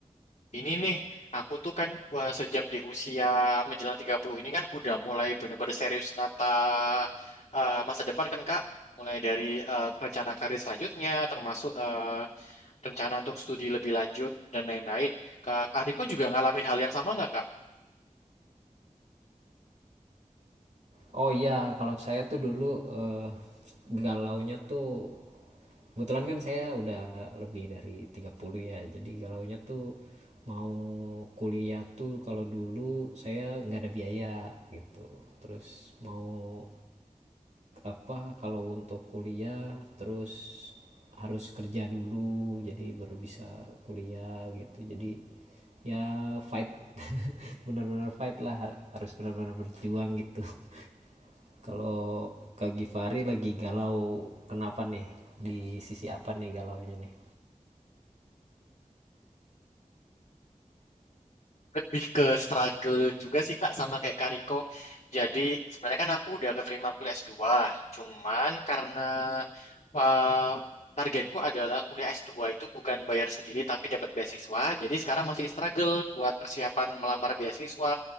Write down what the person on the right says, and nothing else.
Oh iya, kalau saya tuh dulu eh, galaunya tuh kebetulan kan saya udah lebih dari 30 ya. Jadi galaunya tuh mau kuliah tuh kalau dulu saya nggak ada biaya gitu. Terus mau apa kalau untuk kuliah terus harus kerja dulu jadi baru bisa kuliah gitu jadi ya fight <laughs> benar-benar fight lah harus benar-benar berjuang gitu <laughs> kalau Kak Givari lagi galau kenapa nih di sisi apa nih galaunya nih